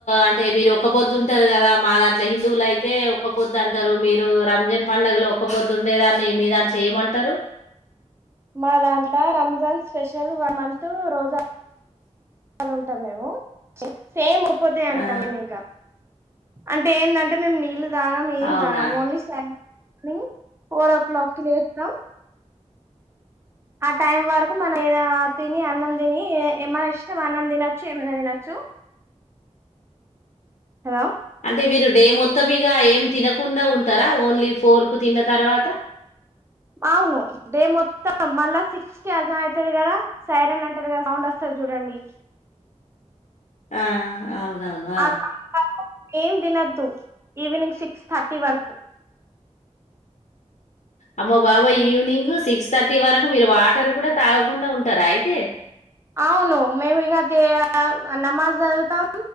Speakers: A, on the left; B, on the right.
A: అంటే మీరు ఒక పొద్దు ఉంటారు కదా. మా దాంట్లో హిందువులు అయితే ఒక్క పొద్దు అంటారు. మీరు రంజన్ పండుగలో ఒక్క పొద్దు ఉండేదాన్ని మీ దాంట్లో ఏమంటారు.
B: మా దాంట్ల లా రంజాన్ స్పెషల్ వన్ మం న్ త్ రోజా చాలుంటాం మేము ఫేమ్ పొద్దే అంటాం
A: ఆ
B: మేము ఇగ అంటే ఏందంటే మేం నీళ్ తాగం ఏం
A: అవునా
B: తాగం ఓన్లీ సన్ నీ ఫోర్ ఓ క్లాక్ కి లేస్తాం ఆ టైం వరకు మనం ఏదైనా తిని, అన్నం తిని, ఏమన్ ఇష్టం అన్నం తినొచ్చు, ఏమైనా తినొచ్చు. హలో
A: అంటే మీరు డే మొత్తం ఇగ ఏం తినకుండా ఉంటారా, ఓన్లీ ఫోర్ కు తిన్న తర్వాత
B: అవును డే మొత్తం మళ్ళా సిక్స్ కి అజాన్ అయితది కదా, సైరన్ అంటరు కదా సౌండ్ వస్తది చూడండి.
A: ఆ అవున్ అవున్ ఆ
B: సౌండ్ వరకు ఏం తినద్దు ఈవినింగ్ సిక్స్ థర్టీ వరకు
A: అమ్మ బాబోయ్ ఈవినింగ్ సిక్స్ థర్టీ వరకు, మీరు వాటర్ కూడా తాగకుండా ఉంటారా అయితే.
B: అవును మేము ఇగ నమాజ్ చదువుతాం,